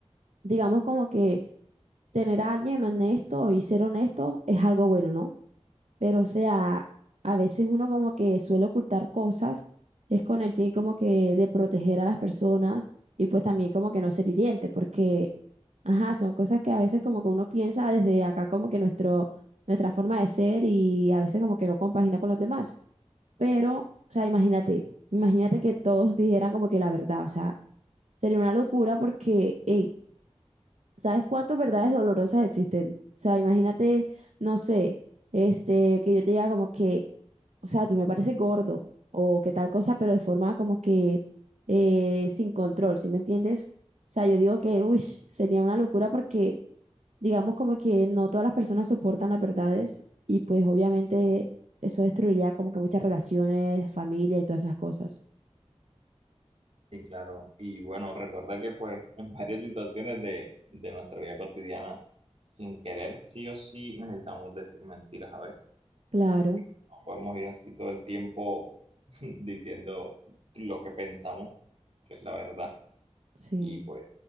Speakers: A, on the right (about 80°); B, on the right (about 60°).
A: digamos como que tener a alguien honesto y ser honesto es algo bueno, ¿no? Pero, o sea, a veces uno como que suele ocultar cosas, es con el fin como que de proteger a las personas y pues también como que no ser hiriente, porque, ajá, son cosas que a veces como que uno piensa desde acá como que nuestro, nuestra forma de ser y a veces como que no compagina con los demás. Pero, o sea, imagínate, imagínate que todos dijeran como que la verdad, o sea, sería una locura porque, hey, ¿sabes cuántas verdades dolorosas existen? O sea, imagínate, no sé, este, que yo te diga como que o sea, tú me pareces gordo o qué tal cosa, pero de forma como que eh, sin control, ¿sí me entiendes? O sea, yo digo que, uy, sería una locura porque digamos como que no todas las personas soportan las verdades y pues obviamente eso destruiría como que muchas relaciones, familia y todas esas cosas.
B: Sí, claro. Y bueno, recuerda que pues <laughs> en varias situaciones de, de nuestra vida cotidiana, sin querer, sí o sí, necesitamos decir mentiras a veces,
A: Claro,
B: porque no podemos ir así todo el tiempo <laughs> diciendo lo que pensamos, que es la verdad.
A: sí,
B: Y pues,